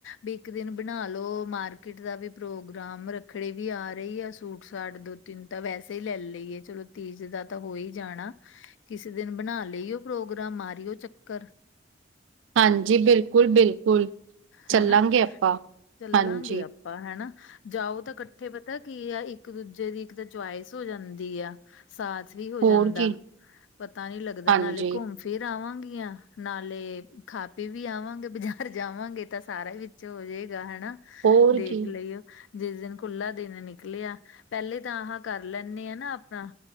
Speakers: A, on the left (about 80°); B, on the right (about 85°).
A: ਵੀ ਇੱਕ ਦਿਨ ਬਣਾ ਲਓ ਮਾਰਕੀਟ ਦਾ ਵੀ ਪ੍ਰੋਗਰਾਮ ਰੱਖੜੀ ਵੀ ਆ ਰਈ ਆ ਸੂਟ ਸਾਟ ਦੋ ਤਿੰਨ ਤਾਂ ਵੈਸੇ ਈ ਲੈ ਲਈਏ, ਚਲੋ ਤੀਜ ਦਾ ਤਾਂ ਹੋ ਈ ਜਾਣਾ। ਕਿਸੇ ਦਿਨ ਬਣਾ ਲਈਓ ਪ੍ਰੋਗਰਾਮ ਮਾਰੀਓ ਚੱਕਰ।
B: ਹਾਂਜੀ, ਬਿਲਕੁਲ-ਬਿਲਕੁਲ
A: ਹਨਾ
B: ਚੱਲਾਂਗੇ ਆਪਾਂ
A: ਚੱਲਾਂਗੇ
B: ਹਾਂਜੀ।
A: ਆਪਾਂ ਹੈਨਾ ਜਾਓ ਤਾਂ ਕੱਠੇ ਪਤਾ ਕੀ ਆ ਇੱਕ ਦੂਜੇ ਦੀ ਇੱਕ ਤਾਂ ਚੁਆਇਸ ਹੋ ਜਾਂਦੀ ਆ। ਸਾਥ ਵੀ ਹੋ
B: ਹੋਰ
A: ਜਾਂਦਾ
B: ਕੀ
A: ਪਤਾ ਨੀ ਲੱਗਦਾ
B: ਹਾਂਜੀ
A: ਨਾਲੇ ਘੁੰਮ ਫਿਰ ਆਵਾਂਗੀਆ ਨਾਲੇ ਖਾ-ਪੀ ਵੀ ਆਵਾਂਗੇ ਬਾਜਾ ਰ ਜਾਵਾਂਗੇ ਤਾਂ ਸਾਰਾ ਵਿੱਚ ਹੋ ਜੇਗਾ ਹੈਨਾ
B: ਹੋਰ
A: ਦੇਖ
B: ਕੀ
A: ਲਈਉ ਜਿਸ ਦਿਨ ਖੁੱਲਾ ਦਿਨ ਨਿਕਲਿਆ ਪੈਲੇ ਤਾਂ ਆਹਾਂ ਕਰ ਲੈਂਣੇ ਆ ਨਾ ਆਪਣਾ